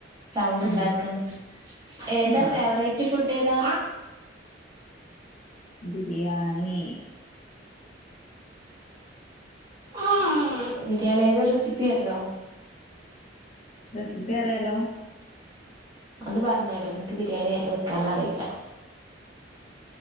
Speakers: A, on the right; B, on the left.
A: സൗണ്ട് ഉണ്ടാക്കാണ്
B: ഉം
A: ഏതാ
B: ആഹ്
A: ഫേവറേ റ്റ് ഫുഡേ താ
B: ബിരിയാണി
A: ഓഹ് ബിരിയാണിയുടെ റെസിപ്പി അറിയോ
B: റെസിപ്പി അറിയാലോ
A: ഒന്ന് പറഞ്ഞരോ എനിക്ക് ബിരിയാണി വെക്കാനറിയില്ല